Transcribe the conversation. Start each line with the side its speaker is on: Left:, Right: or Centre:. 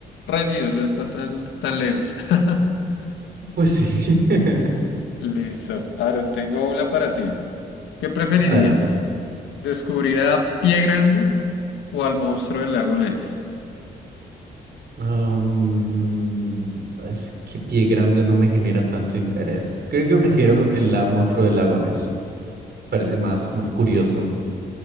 Left: reñido, no está tan, tan lejos. <laughs>
Right: Pues sí. <laughs>
Left: Listo. Aaron, tengo una para ti. ¿Qué preferirías?
Right: Adelante.
Left: ¿Descubrir a Pie Grande o al monstruo del lago Ness?
Right: Am, es que Pie Grande no me genera tanto interés. Creo que prefiero el la- Monstruo de Lagones. Parece más, más curioso.